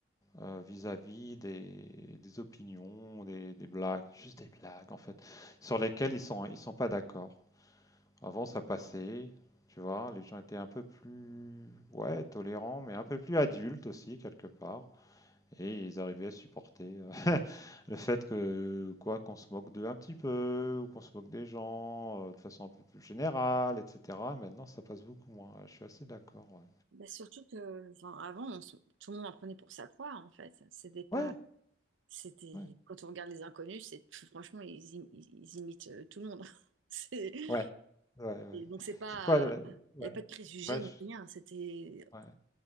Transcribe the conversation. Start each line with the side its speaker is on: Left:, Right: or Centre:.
Left: euh, vis-à-vis des, des opinions, des, des blagues, juste des blagues en fait, sur lesquelles ils sont ils sont pas d'accord. Avant ça passait, tu vois, les gens étaient un peu plus ouais tolérants, mais un peu plus adultes aussi quelque part, et ils arrivaient à supporter euh, <laughs> le fait que quoi qu'on se moque d'eux un petit peu, ou qu'on se moque des gens euh, de façon un peu plus générale, etc. Maintenant ça passe beaucoup moins. Je suis assez d'accord. Ouais.
Right: Bah, surtout que, enfin, avant, on se- tout le monde en prenait pour sa poire, en fait. C'était pas
Left: Ouais,
Right: C'était
Left: ouais.
Right: quand on regarde les inconnus, c'est franchement ils, im- ils imitent euh, tout le monde. <laughs> C'est-
Left: Ouais, ouais, ouais.
Right: et donc c'est pas
Left: C'est quoi le
Right: il
Left: ouais,
Right: n'y avait pas de préjugés
Left: ouais,
Right: ni
Left: je-
Right: rien, c'était
Left: ouais.